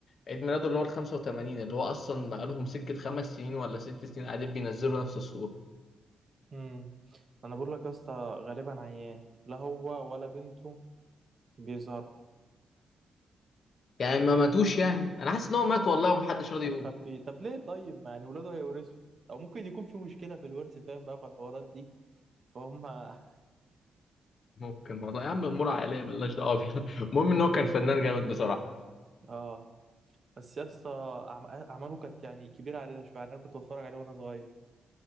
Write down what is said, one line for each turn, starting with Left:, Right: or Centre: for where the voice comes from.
Left: عيد ميلاده اللي هو ال 85 اللي هو أصلا بقالهم سكة خمس سنين ولا ست سنين قاعدين بينزلوا نفس الصورة
Right: امم انا بقول لك يا اسطى غالبا عيان لا هو ولا بنته بيظهر
Left: يعني ما ماتوش يعني انا حاسس ان هو مات والله ومحدش راضي
Right: ومخبي
Left: يقول
Right: طب ليه طيب يعني ولاده هيورثوا او ممكن يكون في مشكلة في الورث فاهم بقى في الحوارات دي فهم <laughs>
Left: ممكن والله يا عم امور عائليه ملناش دعوه بيها <laughs> المهم ان هو كان فنان جامد بصراحه
Right: اه بس يا اسطى أعم- اعماله كانت يعني كبيرة علينا شوية يعني انا كنت بتفرج عليه وانا صغير